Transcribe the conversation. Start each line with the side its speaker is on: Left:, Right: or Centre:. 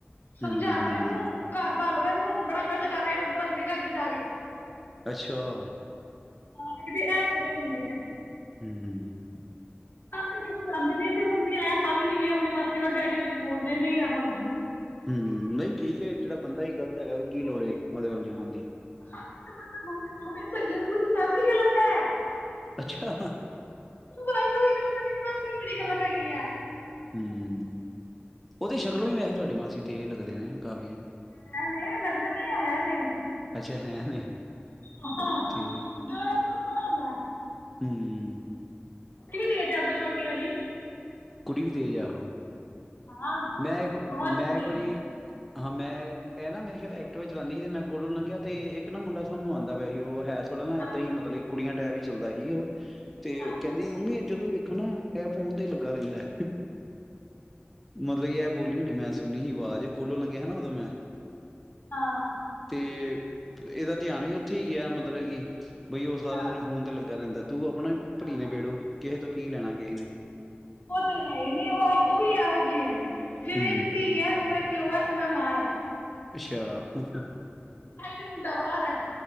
Left: ਸਮਝਾ
Centre: ਹੂੰ, ਹੂੰ,
Left: ਲੋੋ
Centre: ਹੂੰ,
Left: ਇਹਨੂੰ
Centre: ਹੂੰ
Left: ਘਰ ਸਮਝਾ ਲਓ ਇਹਨੂੰ ਬੜਾ ਗ਼ਲਤ ਕਰ ਰਿਹਾ ਤੁਹਾਨੂੰ ਪਤਾ ਲਗੇਗਾ ਅੱਗੇ ਜਾ ਕੇ
Centre: ਅੱਛਾ
Left: ਹ <unintelligible> ਇਹਦੇ ਐ ਬੋਲ ਹੁੰਦੇ ਹੈ
Centre: ਹੂੰ,
Left: ਤਾਂ ਕਰਕੇ ਅਸੀਂ ਜਾਂਦੇ ਨੀ ਅਸੀਂ ਹੁਣ ਵੀ ਆਇਆ ਤਾਂ ਵੀ ਨਹੀਂ ਗਏ ਆਪਣੀ ਮਾਸੀ ਵੱਲ ਡੈਡੀ ਮੇਰੇ ਬੋਲਦੇ ਨਹੀਂ ਜਾਣਾ ਉੱਧਰ
Centre: ਹਮ ਨਹੀਂ ਠੀਕ ਹੈ ਜਿਹੜਾ ਬੰਦਾ ਹੀ ਗਲਤ ਹੈਗਾ ਹੈ ਕੀ ਲੋੜੇ ਐ ਉਹਦੇ ਵੱਲ ਜੀ ਹਾਂਜੀ
Left: ਹਾਂ ਹਾਂ ਪਰ ਸਹੀ ਹੈ <unintelligible> ਪੂਰੀ ਫੈਮਿਲੀ ਗਲਤ ਕੁੱਤਾ <unintelligible>
Centre: ਅੱਛਾ
Left: ਬਾਈ <unintelligible> ਮੇਰੀ ਮਾਸੀ ਵੀ ਬੜੀ ਗਲਤ ਹੈਗੀ ਐ
Centre: ਹਮ ਉਹ ਤੇ ਸ਼ਕਲੋਂ ਵੀ ਵੈਸੇ ਤੁਹਾਡੀ ਮਾਸੀ ਤੇਜ ਲੱਗ ਦੇ ਨੇ ਕਾਫ਼ੀ
Left: ਹੈ ਨੇ ਲੱਗਦਾ ਨੀ ਹੈ ਨੇ
Centre: ਅੱਛਾ ਹੈ ਨੇ
Left: ਹਾਂ ਹਾਂ
Centre: ਤੇ
Left: ਜੋ ਰੱਬ ਨੂੰ ਵੀ ਪਤਾ ਹੁੰਦਾ ਹੈ
Centre: ਹਮ
Left: ਕੁੜੀ ਵੀ ਤੇ ਹੈ ਜਾਗੋ ਛੋਟੀ ਵਾਲੀ
Centre: ਕੁੜੀ ਵੀ ਤੇਜ਼ ਆ ਉਹ
Left: ਹਾਂ
Centre: ਮੈਂ ਇੱਕ
Left: ਬਹੁਤ
Centre: ਮੈਂ
Left: ਤੇਜ
Centre: ਇੱਕ ਵਾਰੀ ਹਾਂ ਮੈਂ ਇਹ ਨਾ ਮੇਰੀ ਖਿਆਲ ਐਕਟੀਵਾ ਚਲਾਉਂਦੀ ਸੀ ਮੈਂ ਕੋਲੋਂ ਲੰਘਿਆ ਤੇ ਇੱਕ ਨਾ ਮੁੰਡਾ ਸਾਮਣੋ ਆਉਂਦਾ ਪਿਆ ਸੀ ਉਹ ਹੈ ਥੋੜ੍ਹਾ ਨਾ ਏਦਾਂ
Left: ਹਾਂ
Centre: ਹੀ ਮਤਲਬ ਕੁੜੀਆਂ ਟਾਇਪ ਹੀ ਚੱਲਦਾ ਸੀ ਉਹ ਤੇ
Left: ਹਾਂ
Centre: ਕਹਿੰਦੀ ਮੰਮੀ ਜਦੋਂ ਵੇਖੋ ਨਾ ਐ ਫੋਨ ਤੇਹੀ ਲੱਗਾ ਰਹਿੰਦਾ ਮਤਲਬ ਕੀ ਐ ਬੋਲੀ ਹੁਣੀ ਮੈਂ ਸੁਣੀ ਸੀ ਆਵਾਜ਼ ਕੋਲੋਂ ਲੰਘਿਆ ਨਾ ਉਦੋਂ ਮੈਂ
Left: ਹਾਂ
Centre: ਤੇ ਇਹਦਾ ਧਿਆਨ ਵੀ ਉੱਥੇ ਹੀ ਗਿਆ ਮਤਲਬ ਕੀ ਬਈ ਉਹ ਸਾਰਾ
Left: ਹਾਂ
Centre: ਦਿਨ ਫੋਨ ਤੇ ਲੱਗਾ ਰਹਿੰਦਾ ਤੂੰ ਆਪਣਾ ਭਲੀ
Left: ਹਾਂ।
Centre: ਨੇ ਬੇੜੋ ਕਿਹੇ ਤੋਂ ਕੀ ਲੈਣਾ ਕਿਹੇ ਨੇ
Left: ਉਹ ਤੇ ਹੈ ਹੀ ਨਹੀਂ ਉਹ ਉਹ ਵੀ ਇਹੋ <unintelligible> ਜਿਵੇਂ
Centre: ਹੂੰ
Left: ਧੀ ਹੈ ਉਵੇਂ ਪਿਉ ਹੈ ਉਵੇਂ ਮਾਂ ਹੈ
Centre: ਅੱਛਾ ਹ ਹ
Left: ਬਾਈ <unintelligible> ਤੇ ਮੁੰਡਾ ਬਾਹਰ ਹੈ